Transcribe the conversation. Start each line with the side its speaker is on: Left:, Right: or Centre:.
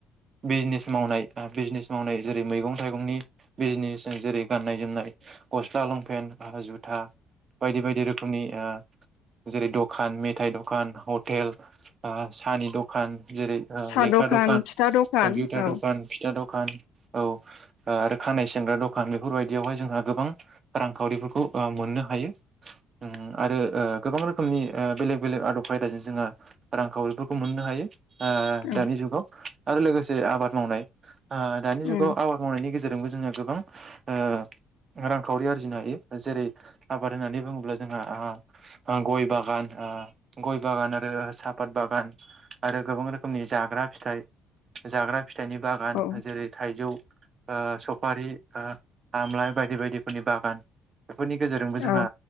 Right: बिजनेस मावनाय आ बिजनेस मावनाय जेरै मैगं थाइगंनि बिजनेस जेरै गाननाय जोमनाय गस्ला लंपेन्ट आरो जुथा बायदि बायदि रोखोमनि आ जेरै दखान मेथाइ दखान हटेल आ सानि दखान जेरै ओ
Left: साहा
Right: लेखा दखान
Left: फिथा दखान
Right: कम्पिउटार
Left: औ
Right: दखान फिथा दखान दखान औ आरो खानाय सिनग्रा दखान बेफोरबायदियावहाय जोंहा गोबां रांखावरि फोरखौ ओ मोननो हायो उम आरो ओ गोबां रोखोमनि ओ बेलेग बेलेग आदब खायदाजों जोंहा रांखावरिफोरखौ मोननो हायो। आ
Left: औ
Right: दानि जुगाव आरो लोगोसे आबाद मावनाय आ दानि
Left: उम
Right: जुगाव आबाद मावनायनि गेजेरजों जोंबो जोङो गोबां ओ रांखावरि आरजिनो हायो। जेरै आबाद होननानै बुङोब्ला जोंहा आ गय बागान आ गय बागान आरो सापात बागान आरो गोबां रोखोमनि जाग्रा फिथाइ जाग्रा फिथाइनि बागान
Left: औ
Right: जेरै थाइजौ ओ सफारि ओ आमलाइ बायदि बायदिफोरनि बागान। बेफोरनि गेजेरजोंबो जोंहा
Left: औ